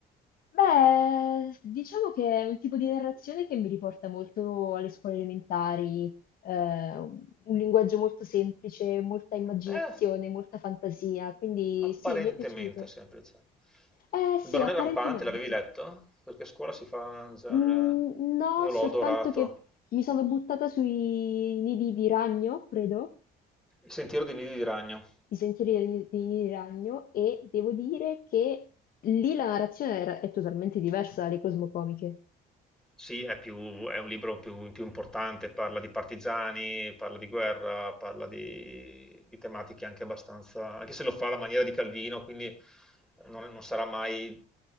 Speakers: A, on the left (about 60°); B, in the centre.
A: Beh, diciamo che è un tipo di narrazione che mi riporta molto alle scuole elementari, eh, un linguaggio molto semplice, molta immaginazione,
B: Eh.
A: molta fantasia, quindi
B: Apparentemente
A: sì, mi è piaciuto.
B: semplice.
A: Eh sì,
B: Il barone
A: apparentemente.
B: rampante, l'avevi letto? Perché a scuola si fa già...
A: Mm, no,
B: Io
A: soltanto
B: l'ho adorato.
A: che mi sono buttata sui nidi di ragno, credo,
B: Il sentiero dei nidi di ragno.
A: i sentieri dei dei nidi di ragno, e devo dire che lì la narrazione era- è totalmente diversa dalle cosmocomiche.
B: Sì, è più- è un libro più, più importante, parla di partigiani, parla di guerra, parla di, di tematiche anche abbastanza, anche se lo fa alla maniera di Calvino, quindi non, non sarà mai